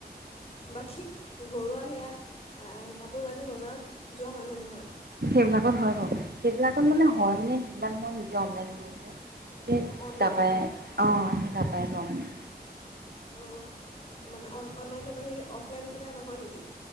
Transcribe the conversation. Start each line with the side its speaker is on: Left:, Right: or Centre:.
Left: বাকী ঘৰুৱা সেয়া কাপোৰ কানি বজাৰত যোৱা হয়নে নহয়?
Right: সেইবিলাকত হয় বাৰু। সেইবিলাকত মানে হয় মানে সেইবিলাক মই নিজে অনলাইন কৰো যে। সেই
Left: অঁ অনলাইন
Right: তাপাই
Left: ন
Right: অহ', সেই তাপাই লও মানে।
Left: অহ ', মানে অন-অনলাইনৰ বাহিৰে অফলাইন কিনা নহয় নেকি?